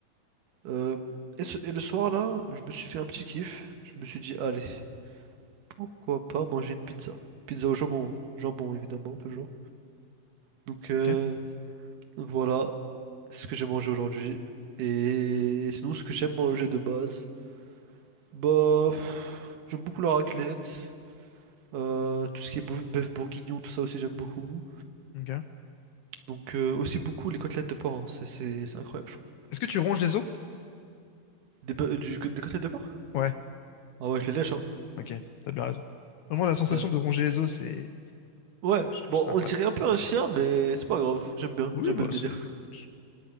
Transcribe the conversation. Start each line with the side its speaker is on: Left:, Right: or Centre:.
Right: Euh, et, ce- et le soir, là, je me suis fait un petit kiff. Je me suis dit, allez, pourquoi pas manger une pizza? Pizza au jambon. Jambon, évidemment, toujours. Donc, euh,
Left: Ok.
Right: Voilà ce que j'ai mangé aujourd'hui. Et sinon, ce que j'aime manger de base, bah, pff, j'aime beaucoup la raclette, euh, tout ce qui est bou- bœuf bourguignon, tout ça aussi j'aime beaucoup.
Left: Ok.
Right: Donc euh, aussi beaucoup les côtelettes de porc, hein. C'est c'est- c'est incroyable, je trouve.
Left: Est-ce que tu ronges les os?
Right: Des, bœ- euh, du, des côtelettes de porc?
Left: Ouais.
Right: Ah ouais, je les lèche, hein.
Left: Ok. T'as bien raison. Vraiment, la sensation
Right: Ouais.
Left: de ronger les os, c'est...
Right: Ouais, bon,
Left: C'est incroyable.
Right: on dirait un peu un chien, mais c'est pas grave, j'aime bien,
Left: Oui,
Right: j'aime
Left: bah,
Right: bien le
Left: c'est...
Right: délire.
Left: écoute.